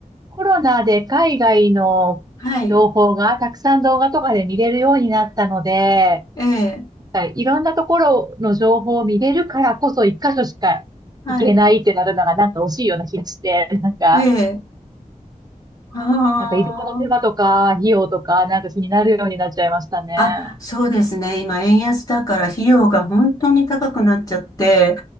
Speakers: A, on the right; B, on the left.
A: コロナで海外の情報がたくさん動画とかで見れるようになったので、
B: はい。ええ、
A: はいいろんなところの情報を見れるからこそ一箇所しか行けないってなるのがなんか惜しいような気がして、
B: はい。
A: なんか
B: ええ、あ
A: なんか移動の手間とか、費用とか、なんか気になるようになっちゃいましたね。
B: あ。あ、そうですね。今、円安だから費用が本当に高くなっちゃって、